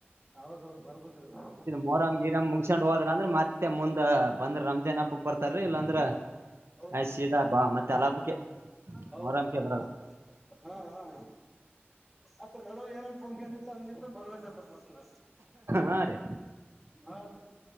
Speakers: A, in the centre; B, on the right.
A: ಹೌದುದು ಬರ್ಬಿರಬೇಕ
B: ಮೋರಾಮ್ ಗಿ ರಾಮ್ ಮುಗಸೊಂಡ್ ಹೋದ್ರ ಅಂದ್ರ ಮತ್ತೆ ಮುಂದ ಬಂದ್ರ ರಂಜಾನ್ ಹಬ್ಬಕ್ ಬರ್ತಾರೀ ಇಲ್ಲಾಂದ್ರ
A: ಹೌದು
B: ಆಯ್ ಸೀದಾ ಹಬ್ಬಾ ಮತ್ತೆ ಅಲಬ್ಕ
A: ಹೌದ್
B: ಮೋರಂಬಕ
A: ಹೌದು
B: ಬರದು
A: ಹಾ ಹಾ ಅ ಏನೊನ್ ಫಂಕ್ಷನ್ ಇತ್ತು ಹಂಗಿ ಬರ್ಬೇಕು ರ್ಮಸ್ತ
B: ಹಾ ರೀ
A: ಹೌದು.